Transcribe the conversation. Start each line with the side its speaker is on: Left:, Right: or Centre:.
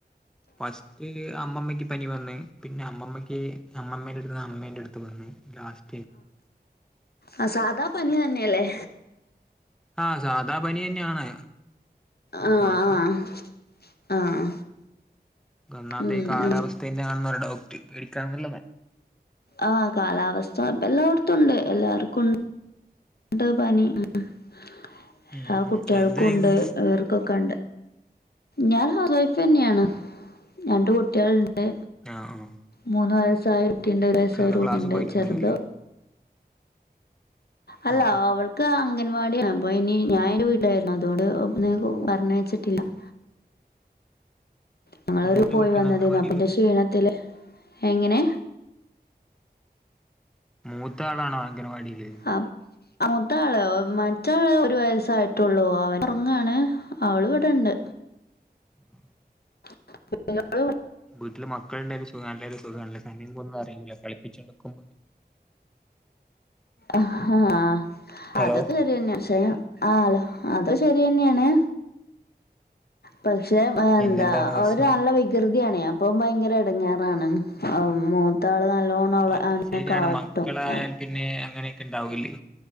Centre: ഫസ്റ്റ് അമ്മമ്മയ്ക്ക് പനി വന്ന്‌ പിന്നെ അമ്മമ്മയ്ക്ക് അമ്മമ്മയുടെടുത്ത് അമ്മേന്റെ അടുത്ത് വന്ന് ലാസ്
Left: അ സാദാ പനി തന്നെയല്ലേ
Centre: ആ സാദാ പനി തന്നെയാണ്
Left: ആഹ്
Centre: കൊഴപ്പൊന്നു
Left: ആഹ് ആഹ്
Centre: ഒന്നാമത്
Left: ഉം
Centre: ഈ കാലാവസ്ഥന്റെയാണെന്ന്
Left: ഉം
Centre: ഒരു ഡൗട്ട് പേടിക്കാനൊന്നും ഇല്ലെന്നേ
Left: ആ കാലാവസ്ഥ ഇപ്പ എല്ലായിടത്തും ഉണ്ട് എല്ലാവർക്കും ഉ ണ്ട് പനി എല്ലാ
Centre: ഉം
Left: കുട്ടികൾക്കുണ്ട്
Centre: എന്ത് ചെയ്യുന്ന്
Left: ഇവർക്കൊക്കെണ്ട് ഞാൻ ഹൗസ് വൈഫ് തന്നെയാണ് രണ്ട് കുട്ടികളുണ്ട്
Centre: ആഹ്
Left: മൂന്ന് വയസ്സായ കുട്ടി ഉണ്ട് ഒരു വയസ്സായ
Centre: കുട്ടികളൊക്കെ
Left: ഒരുകുട്ടിയുണ്ട്
Centre: ക്ലാസ് പോയിട്ടുണ്ടാവുല്ലേ
Left: ചെറുത് അല്ല
Centre: ആഹ്
Left: അവൾ ക്ക് അംഗൻവാടിയാണ് അപ്പൊ അയിനി ഇഞാൻ എന്റെ വീട്ടിലായിരുന്നു അതോണ്ട് പറഞ്ഞയച്ചിട്ടില്ല <inaudible> ഞങ്ങളൊരു
Centre: മൂത്ത
Left: പോയി
Centre: കുട്ടിയാണോ
Left: വന്നതേന്നു
Centre: അംഗൻവാടിയില്
Left: അപ്പന്റെ ക്ഷീണത്തില് എങ്ങനെ?
Centre: മൂത്ത ആളാണോ അംഗൻവാടില്?
Left: അപ് മൂത്ത ആളോ മറ്റെ ആള് ഒരു വയസ്സായി ട്ടൊള്ളൂ അവനൊറങ്ങാണ് അവള് ഇവിടണ്ട്
Centre: <inaudible>
Left: <unintelligible>
Centre: വീട്ടില് മക്കളുണ്ടേലും സുഖാണല്ലെ അത് സുഖാണല്ലെ സമയം പോകുന്ന അറിയില്ല കളിപ്പിച്ച് എടുക്കും
Left: അഹാ
Centre: ഹലോ
Left: അതൊക്കെ ശരി തന്നേ പക്ഷേ ആഹ് അത് ശെരി തന്നേണ് പക്ഷെ
Centre: പിന്നെന്താണ്
Left: എന്താ
Centre: പ്രശ്നം
Left: ഒരാളടെ വി- കൃതിയാണ് അപ്പം ഭയങ്കര എടങ്ങേറാണ് അപൊ മോ ത്താള് നല്ലോണം അവള
Centre: അത്
Left: അവനെ
Centre: ശരിയാണ്
Left: കാട്ടും
Centre: മക്കളായാൽ
Left: അ
Centre: പിന്നെ അങ്ങനെയൊക്കെ ഉണ്ടാവൂല്ലേ